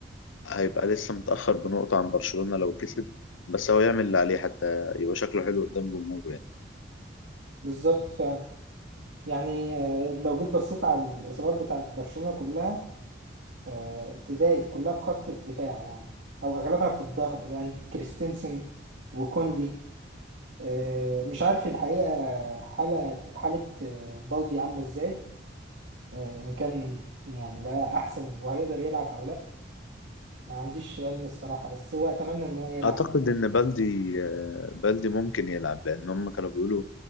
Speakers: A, on the left; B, on the right.
A: هيبقى لسه متأخر بنقطة عن برشلونة لو كسب بس هو يعمل اللي عليه حتى يبقى شكله حلو قدام جمهوره يعني
B: بالظبط فعلا يعني آه، لو جيت بصيت على الإصابات بتاعت برشلونة كلها آه، تضايق كلها في خط الدفاع يعني أو أغلبها في الظهر يعني كريستنسن وكوندي آه، مش عارف الحقيقة حالة حالة آه، بلدي عاملة ازاي آه، إن كان يعني بقى أحسن وهيقدر يلعب أو لأ ما عنديش علم الصراحة بس هو أتمنى إن هو يلعب
A: أعتقد إن بلدي آه، بلدي ممكن يلعب لأن هم كانوا بيقولوا